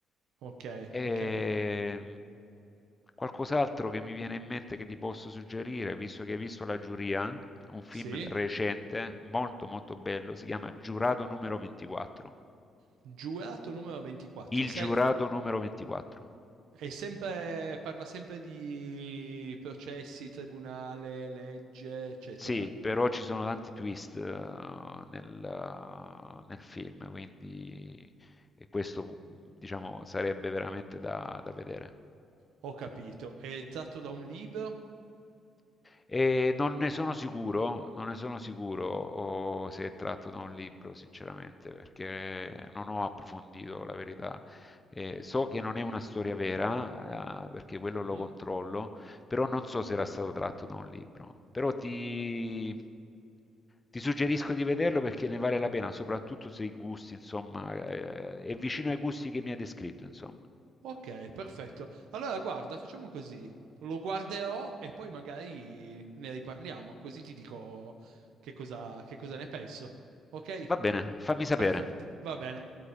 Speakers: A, on the right; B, on the left.
A: Ok,
B: E...
A: ok,
B: Qualcos'altro che mi viene in mente che ti posso suggerire, visto che hai visto La Giuria, un film
A: sì.
B: recente, molto molto bello, si chiama Giurato numero 24.
A: Giurato numero 24.
B: Il
A: Sei,
B: giurato numero 24.
A: è sempre, parla sempre di processi, tribunale, legge, eccetera.
B: Sì, però ci sono tanti twist eh, nel, eh, nel film, quindi e questo diciamo sarebbe veramente da, da vedere.
A: Ho capito. È tratto da un libro?
B: E non ne sono sicuro, non ne sono sicuro o se è tratto da un libro, sinceramente, perché non ho approfondito la verità. Eh, so che non è una storia vera, eh, perché quello lo
A: Mm?
B: controllo, però non so se era stato tratto da un libro. Però ti, ti suggerisco di vederlo perché ne vale la pena, soprattutto se i gusti, insomma, eh, è vicino ai gusti che mi hai descritto, insomma.
A: Ok, perfetto. Allora, guarda, facciamo così. Lo guarderò e poi magari ne riparliamo, così ti dico che cosa, che cosa ne penso. Ok?
B: Va bene, fammi
A: Perfetto,
B: sapere.
A: va bene.